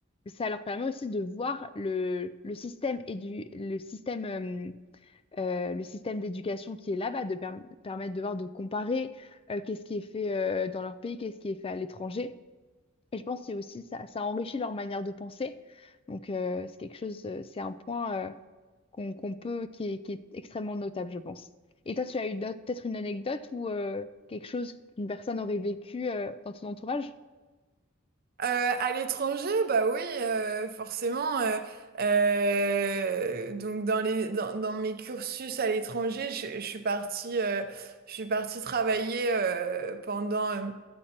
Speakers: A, on the left (about 25°); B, on the right (about 45°).
A: ça leur permet aussi de voir le, le système et du, le système, euh, euh, le système d'éducation qui est là-bas, de perm- permettre de voir, de comparer euh, qu'est-ce qui est fait euh, dans leur pays, qu'est-ce qui est fait à l'étranger. Et je pense que c'est aussi ça, ça enrichit leur manière de penser. Donc euh, c'est quelque chose, euh, c'est un point. euh, qu'on qu'on peut, qui est, qui est extrêmement notable, je pense. Et toi, tu as eu d'autres- peut-être une anecdote ou euh, quelque chose qu'une personne aurait vécu euh, dans ton entourage?
B: Euh, à l'étranger, bah oui, euh, forcément. euh, euh, donc dans les dans, dans mes cursus à l'étranger, je, je suis partie euh, je suis partie travailler euh, pendant euh,